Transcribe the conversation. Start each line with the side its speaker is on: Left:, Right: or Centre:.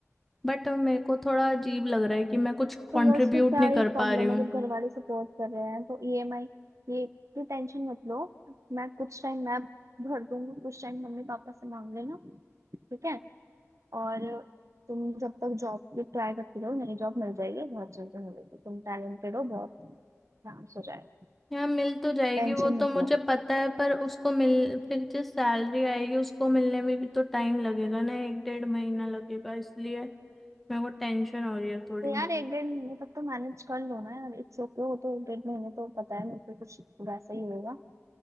Centre: बट मेरे को थोड़ा अजीब लग रहा है कि मैं कुछ
Right: तो
Centre: कंट्रीब्यूट
Right: बस फिर क्या
Centre: नहीं
Right: ही
Centre: कर पा
Right: प्रॉब्लम
Centre: रही हूँ
Right: है जब घर वाले सपोर्ट कर रहे हैं तो ईएमआई ये की टेंशन मत लो मैं कुछ टाइम मैं भर दूंगी कुछ टाइम मम्मी पापा से मांग लेना ठीक है और तुम जब तक जॉब की ट्राई करती रहो नई जॉब मिल जाएगी बहुत जल्दी मिलेगी तुम टैलेंटेड हो बहुत आराम से हो जाएगा
Centre: यहाँ मिल तो जाएगी
Right: टेंशन
Centre: वो तो
Right: मत
Centre: मुझे
Right: लो
Centre: पता है पर उसको मिल फिर जो सैलरी आएगी उसको मिलने में भी तो टाइम लगेगा ना एक डेढ़ महीना लगेगा इसलिए मेरे को टेंशन हो रही है थोड़ी
Right: तो यार एक डेढ़ महीने तक तो मैनेज कर लो ना यार इट्स ओके वो तो एक डेढ़ महीने तो पता है मुझे कुछ वैसा ही होगा